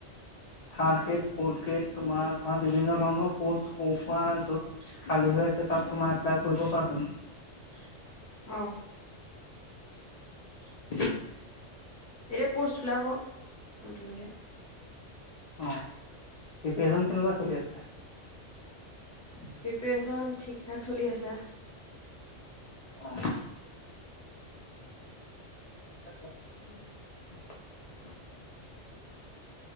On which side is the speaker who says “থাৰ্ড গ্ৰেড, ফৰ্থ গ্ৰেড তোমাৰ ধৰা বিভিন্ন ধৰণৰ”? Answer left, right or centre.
Left